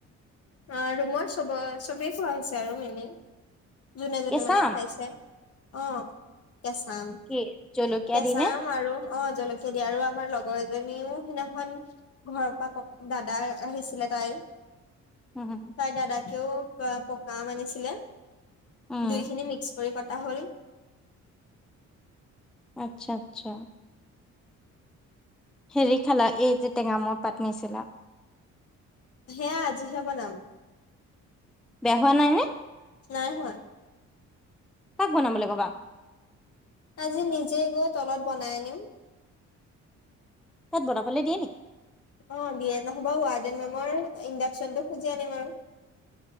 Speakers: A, on the left; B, in the centre.
A: অ' ৰুমৰ চব-চবেই খোৱা হৈছে আৰু এনেই যোনে যোনে
B: কেঁচা
A: মানে
B: আম
A: খাইছে! অ' কেঁচা আম।
B: কি জলকীয়া
A: কেঁচা
B: দিনে
A: আম আৰু অ' জলকীয়া দিয়া আৰু আমাৰ লগৰ এজনীও সিদিনাখন ঘৰৰ পৰা ক-দাদা আহিছিলে তাইৰ।
B: উম
A: তাইৰ দাদাকেও প-পকা আম আনিছিলে।
B: উম,
A: দুইখিনি মিক্স কৰি কটা হ'ল।
B: আচ্ছা আচ্ছা। হেৰি খালা এই যে টেঙামৰা পাত নিছিলা?
A: সেয়া আজিহে বনাম।
B: বেয়া হোৱা নাই নে?
A: নাই হোৱা।
B: কাক বনাবলৈ কবা?
A: আজি নিজে গৈ তলত বনাই আনিম।
B: তাত বনাবলে দিয়ে নেকি?
A: অ দিয়ে নহ'বা ৱাৰ্ডেন মেমৰ ইণ্ডাকচনটো খুজি আনিম আৰু।